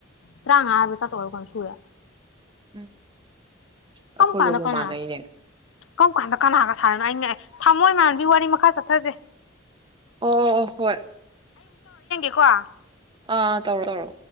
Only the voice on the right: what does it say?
ꯎꯝ ꯑꯩꯈꯣꯏꯕꯕꯨ
ꯃꯥꯟꯅꯩꯅꯦ
ꯑꯣ ꯑꯣ ꯍꯣꯏ
ꯑꯥ ꯇꯧꯔꯣ ꯇꯧꯔꯣ